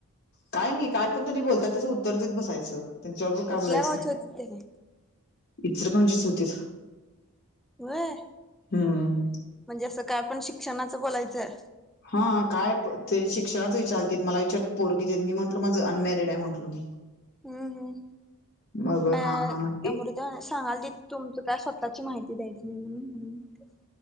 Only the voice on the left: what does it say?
काय नाही काय पण त्यांनी बोलतात त्याचं उत्तर देत बसायचं त्यांच्याबरोबर काय
बोलायचं.
इतर कोणजीच होती.
हम्म
हा काय ते शिक्षणाच विचारतील मला विचारत पोर कीती मी म्हटल माझं अनमॅरिड आहे म्हटलो मी.
मग
हा हा म्हणते